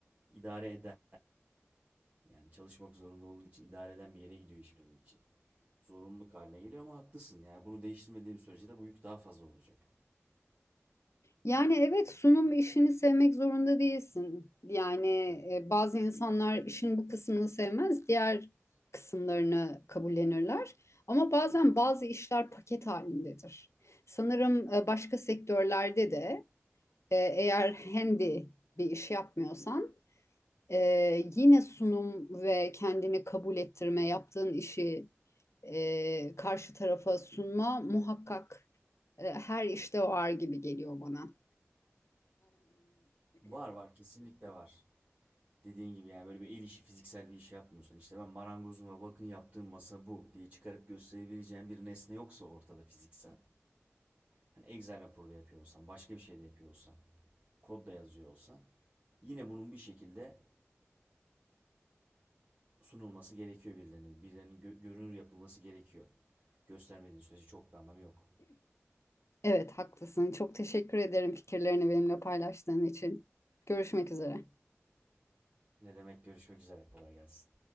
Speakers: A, on the right (about 30°); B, on the left (about 70°).
A: İdare eder. Yani çalışmak zorunda olduğu için idare eden bir yere gidiyor iş benim için. Zorunluluk haline geliyor ama haklısın. Yani bunu değiştirmediğim sürece de bu yük daha fazla olacak.
B: Yani evet sunum işini sevmek zorunda değilsin. Yani e, bazı insanlar işin bu kısmını sevmez, diğer kısımlarını kabullenirler. Ama bazen bazı işler paket halindedir. Sanırım e, başka sektörlerde de e, eğer handy bir iş yapmıyorsan e, yine sunum ve kendini kabul ettirme, yaptığın işi e, karşı tarafa sunma muhakkak e, her işte var gibi geliyor bana.
A: Var var kesinlikle var. Dediğin gibi yani böyle bir el işi fiziksel bir iş yapmıyorsan işte ben marangozuma bakın yaptığım masa bu diye çıkarıp gösterebileceğin bir nesne yoksa ortada fiziksel. Hani Excel raporu da yapıyor olsan, başka bir şey de yapıyor olsan, kod da yazıyor olsan yine bunun bir şekilde sunulması gerekiyor birilerine. Birilerinin gö- görünür yapılması gerekiyor. Göstermediğin sürece çok bir anlamı yok.
B: Evet, haklısın. Çok teşekkür ederim fikirlerini benimle paylaştığın için. Görüşmek üzere.
A: Ne demek görüşmek üzere kolay gelsin.